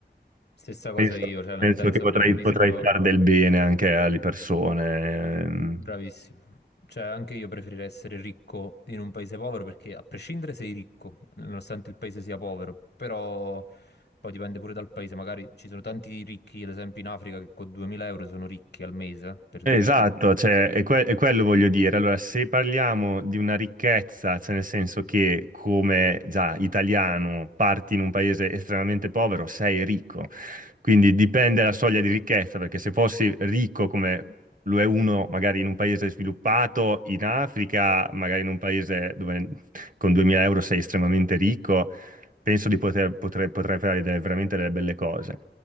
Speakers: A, on the left; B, on the right.
A: stessa
B: Penso,
A: cosa io, cioè,
B: penso
A: nel senso,
B: che potrei,
A: preferisco.
B: potrei fare del bene anche alle persone. ehm.
A: Bravissimo. Cioè, anche io preferirei essere ricco in un paese povero perché a prescindere sei ricco, nonostante il paese sia povero, però poi dipende pure dal paese, magari ci sono tanti ricchi, ad esempio in Africa, che con 2000 euro sono ricchi al mese, per
B: Esatto,
A: dirti.
B: cioè, è, que- è quello voglio dire. Allora, se parliamo di una ricchezza, cioè nel senso che come già italiano parti in un paese estremamente povero, sei ricco. Quindi dipende la soglia di ricchezza, perché se fossi ricco come lo è uno magari in un paese sviluppato, in Africa, magari in un paese dove con 2000 euro sei estremamente ricco, penso di poter, potrei, potrei fare delle- veramente delle belle cose.